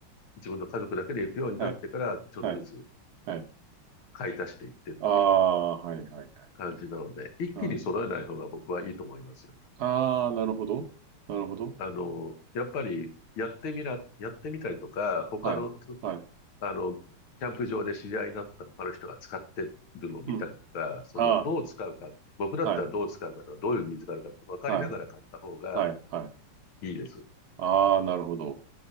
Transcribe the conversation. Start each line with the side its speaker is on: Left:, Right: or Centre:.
Left: 自分の家族だけで行くようになってから、
Right: はい。
Left: ちょっとずつ
Right: はい。はい。
Left: 買い足していってっていう
Right: ああ、はい。はい。
Left: 感じなので、一気に揃えない方が僕はいいと思いますよ。
Right: うん。ああ、なるほど。なるほど。
Left: あの、やっぱりやってみな、やってみたりとか、他のつ、
Right: はい。はい。
Left: あの、キャンプ場で知り合いになった他の人が使ってるのを見たりとか、
Right: うん。
Left: その、
Right: あ
Left: どう使うか、僕だったらどう使うかとか、
Right: あ、はい。
Left: どういうニーズがあるかって分かりながら買った方が
Right: はい。はい。はい。
Left: いいです。
Right: ああ、なるほど。